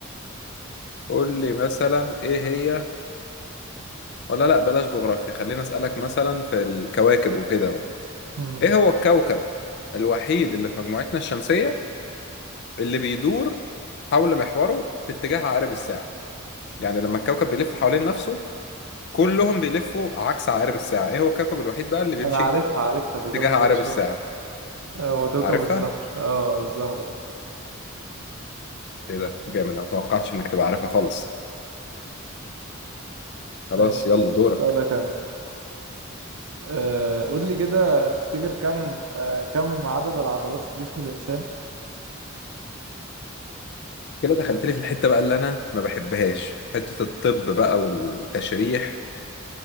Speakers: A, on the left (about 55°); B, on the right (about 80°).
A: قول لي مثلا ايه هي ولا لا بلاش جغرافيا خلينا اسألك مثلا في الكواكب وكده
B: مم.
A: ايه هو الكوكب الوحيد اللي في مجموعتنا الشمسية اللي بيدور حول محوره في اتجاه عقارب الساعة يعني لما الكوكب بيلف حوالين نفسه كلهم بيلفوا عكس عقارب الساعة ايه هو الكوكب الوحيد بقى اللي
B: انا
A: بيمشي
B: عارفها
A: في
B: عارفها دي اجابه
A: اتجاه
B: من
A: عقارب
B: غير شرح
A: الساعة
B: آه، هو كوكب
A: عارفها؟
B: الزهر اه الزهر
A: ايه ده جامد انا متوقعتش انك تبقى عارفها خالص خلاص
B: ماشي
A: يلا دورك
B: اسألك انا آه، قول لي كده تفتكر كم آه، كم عدد العضلات في جسم الانسان
A: كده دخلت لي في الحتة بقى اللي انا ما بحبهاش حتة الطب بقى والتشريح